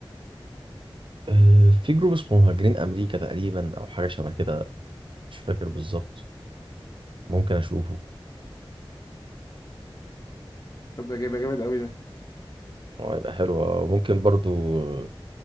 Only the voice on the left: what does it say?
طب ده جايبه جامد قوي ده